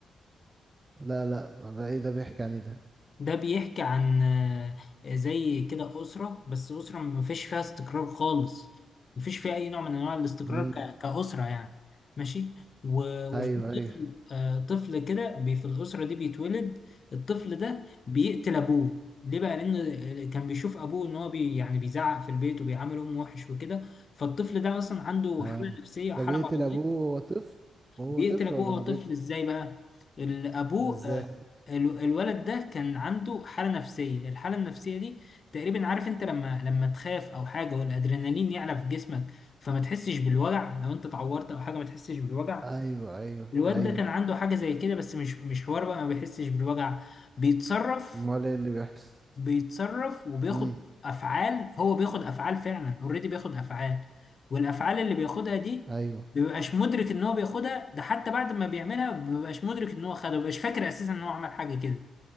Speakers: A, on the right; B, on the left.
A: لا لا ده ايه ده بيحكي عن ايه ده
B: ده بيحكي عن آه، زي كده أسرة بس أسرة ما فيش فيها استقرار خالص ما فيش فيها أي نوع من أنواع الاستقرار
A: امم
B: ك- كأسرة يعني ماشي و- وفي
A: ايوه ايوه
B: طفل آه، طفل كده بي- في الأسرة دي بيتولد الطفل ده بيقتل أبوه ليه بقى؟ لأن آه، كان بيشوف أبوه إن هو بي يعني بيزعق في البيت وبيعامل أمه وحش وكده فالطفل ده أصلا عنده
A: اه
B: حالة نفسية وحالة
A: ده بيقتل
B: مرضية
A: ابوه وهو طفل وهو
B: بيقتل
A: طفل
B: ابوه
A: ولا
B: وهو
A: ما
B: طفل
A: بيكبر
B: ازاي بقى ال- ابوه
A: ازاي
B: آه، ال- الولد ده كان عنده حالة نفسية الحالة النفسية دي تقريبا عارف انت لما لما تخاف او حاجة والادرينالين يعلى في جسمك فما تحسش بالوجع لو انت اتعورت او حاجة ما تحسش بالوجع
A: ايوه ايوه
B: الواد
A: ايوه
B: ده كان عنده حاجة زي كده بس مش مش حوار بقى ما بيحسش بالوجع بيتصرف
A: امال ايه اللي بيحصل
B: بيتصرف وبياخد
A: امم
B: افعال هو بياخد افعال فعلا اوريدي بياخد افعال والافعال اللي بياخدها دي
A: ايوه
B: بيبقاش مدرك ان هو بياخدها ده حتى بعد ما بيعملها بيبقاش مدرك ان هو خدها بيبقاش فاكر اساسا ان هو عمل حاجه كده